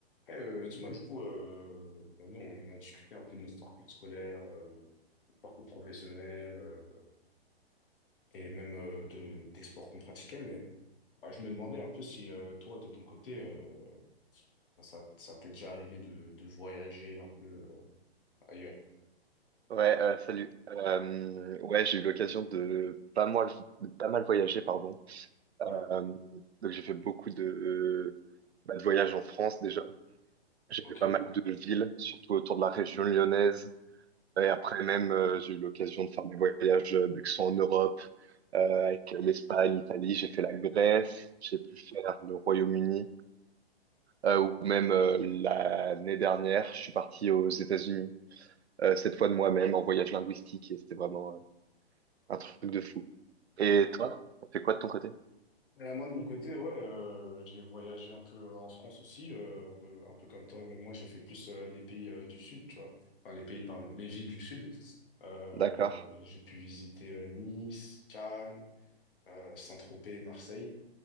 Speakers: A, on the left (about 60°); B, on the right (about 85°).
A: Après, euh, dis-moi, du coup, euh, comme nous, on a discuté un peu de notre parcours scolaire, euh, parcours professionnel, euh, et même euh, de, des sports qu'on pratiquait, mais bah, je me demandais un peu si euh, toi, de ton côté, euh, bah, ça, ça t'est déjà arrivé de, de voyager un peu euh, ailleurs.
B: Ouais, euh, salut. Euh, ouais, j'ai eu l'occasion de pas mal, de pas mal voyager, pardon.
A: Ouais.
B: Euh, donc j'ai fait beaucoup de, bah, de voyages en France déjà. J'ai
A: Ok.
B: fait pas mal de villes, surtout autour de la région lyonnaise. Et après même, euh, j'ai eu l'occasion de faire des voyages euh, qui sont en Europe, euh, avec l'Espagne, l'Italie. J'ai fait la Grèce, j'ai pu faire le Royaume-Uni, euh, ou même euh, l'année dernière, je suis parti aux États-Unis, euh, cette fois de moi-même en voyage linguistique. Et c'était vraiment Un truc de fou. Et toi, t'as fait quoi de ton côté?
A: Euh, moi, de mon côté, ouais, euh, j'ai voyagé un peu euh, en France aussi, euh, un peu, un peu comme toi, mais moi, j'ai fait plus euh, les pays euh, du Sud, tu vois. Enfin, les pays, pardon, les villes du Sud. Euh,
B: D'accord,
A: j'ai pu visiter euh, Nice, Cannes. euh, Saint-Tropez, Marseille,